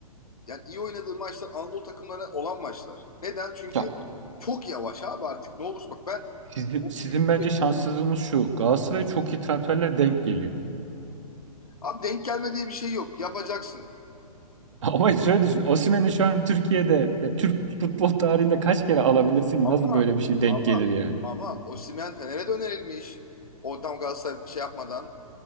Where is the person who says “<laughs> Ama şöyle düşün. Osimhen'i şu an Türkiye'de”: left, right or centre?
Right